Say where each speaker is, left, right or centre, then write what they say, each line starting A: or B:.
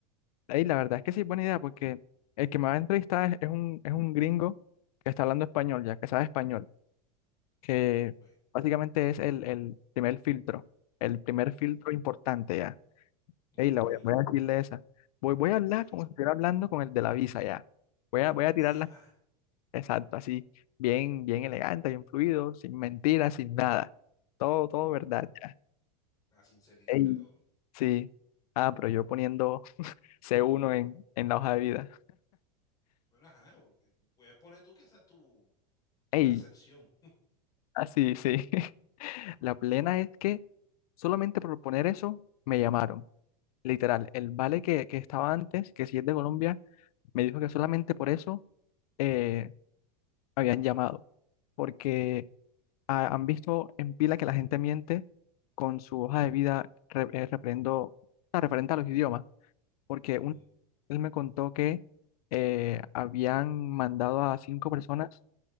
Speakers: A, on the left; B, on the left.
A: Ey, la verdad es que sí, buena idea, porque el que me va a entrevistar es, es un, es un gringo que está hablando español, ya que sabe español, que
B: Bueno,
A: básicamente es el, el primer filtro, el primer
B: ujú,
A: filtro importante ya.
B: ok,
A: Ey, la voy a, voy a decirle esa. Voy, voy a hablar
B: sí.
A: como si estuviera hablando con el de la visa ya. Voy a, voy a tirar
B: Epa,
A: las Exacto, así, bien, bien elegante, bien fluido, sin mentiras, sin nada. Todo, todo
B: correcto.
A: verdad ya.
B: La sinceridad
A: Ey,
B: de todo. mira.
A: sí. Ah, pero yo poniendo C1 en, en la hoja de vida.
B: Pero ajá, o- eh, puedes poner tú que esa es tu, tu
A: Ey,
B: percepción.
A: así, sí. <laughs> La plena es que solamente por poner eso me llamaron. Literal, el vale que, que estaba antes, que si es de Colombia, me dijo que solamente por eso eh, me habían llamado. Porque ha- han visto en pila que la gente miente con su hoja de vida re- eh, referendo- ah, referente a los idiomas, porque
B: Ujú.
A: un- él me contó que eh, habían mandado a cinco personas